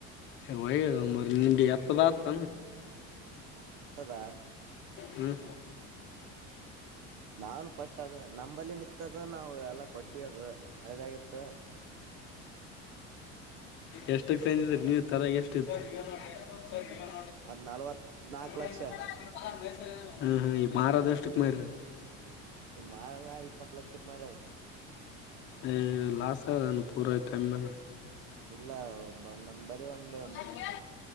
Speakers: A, on the left (about 40°); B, on the right (about 70°).
A: ವ ನಿಗೆ ಆತದತ
B: ಎತ್ತದ
A: ಹ್ಮ್
B: ನಾವನ್ ಫಸ್ಟ್ ಅದ ನಂಬಲ್ಲಿ ನಿತ್ತದ ನಾವು ಎಲ್ಲಾ ಕೊಟ್ಟಿವಿ ಅದ ಹಳದಾಗಿತ್ತ
A: ಎಷ್ಟಕ್ ತಂದಿದ್ರ ನೀವ ತರಗೆ ಎಷ್ಟಿತ್ತು ಸ
B: ಅದ್ ನಲ್ವತ್ ನಾಕ್
A: ನೋ
B: ಲಕ್ಷ
A: ಹ್ಮ ಹ್ಮ ಈ ಮಾರದಷ್ಟಕ್ ಮಾರ
B: ಈ ಮಾರಲ್ಲ ಇಪ್ಪತ್ ಲಕ್ಷಕ್ ಮಾರ್ಯದ
A: ಹ ಲಸ್ ನಾನು ಪೂರೈತಮ್ಮ
B: ಇಲ್ಲ ನಮ ಬರಿ ಒಂದು
A: ಆಗ